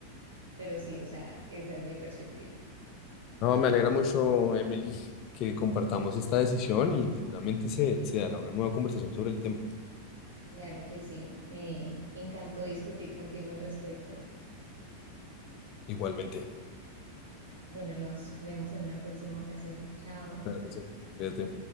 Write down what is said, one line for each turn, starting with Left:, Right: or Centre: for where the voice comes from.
Right: pero sí, o sea, esa es mi perspectiva.
Left: No, me alegra mucho, Emily, que compartamos esta decisión y seguramente se, se dará una nueva conversación sobre el tema.
Right: Claro que sí, me encantó discutir contigo al respecto.
Left: Igualmente.
Right: Bueno, nos vemos en una próxima ocasión. Chao.
Left: Gracias. Cuídate.